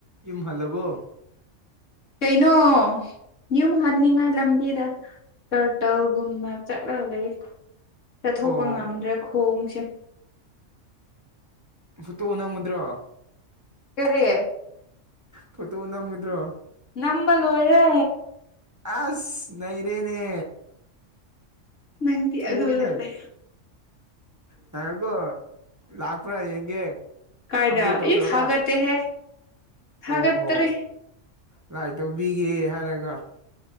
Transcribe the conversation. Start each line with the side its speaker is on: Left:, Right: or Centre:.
Right: ꯌꯨꯝ ꯍꯜꯂꯕꯣ
Left: ꯀꯩꯅꯣ ꯌꯝ ꯍꯟꯅꯤꯡꯉꯥꯏ ꯂꯝꯕꯤꯗ ꯀꯔꯇꯜꯒꯨꯝꯅ ꯆꯠꯂꯒ ꯂꯩ ꯆꯠꯊꯣꯛꯄ
Right: ꯑꯣ
Left: ꯉꯝꯗ꯭ꯔꯦ ꯈꯣꯡꯁꯦ
Right: ꯐꯨꯠꯇꯣ ꯅꯝꯒꯗ꯭ꯔꯣ
Left: ꯀꯔꯤ
Right: ꯐꯣꯠꯇꯣ ꯅꯝꯒꯗ꯭ꯔꯣ
Left: ꯅꯝꯕ ꯂꯣꯏꯔꯦ
Right: ꯑꯁ ꯅꯩꯔꯦꯅꯦ
Left: ꯅꯪꯗꯤ
Right: ꯊꯨꯑꯦꯅꯦ
Left: ꯑꯗꯨꯗ ꯂꯩꯌꯣ
Right: ꯉꯥꯏꯈꯣꯒꯣ ꯂꯥꯛꯄ꯭ꯔꯥ ꯌꯦꯡꯒꯦ
Left: ꯀꯥꯏꯗ
Right: ꯑꯞꯂꯣꯠ ꯇꯧꯈ꯭ꯔꯕ
Left: ꯏ ꯊꯥꯒꯠꯇꯦꯍꯦ ꯊꯥꯒꯠꯇ꯭ꯔꯤ
Right: ꯑꯣꯍꯣ ꯂꯥꯏ ꯇꯧꯕꯤꯒꯦ ꯍꯥꯏꯔꯒ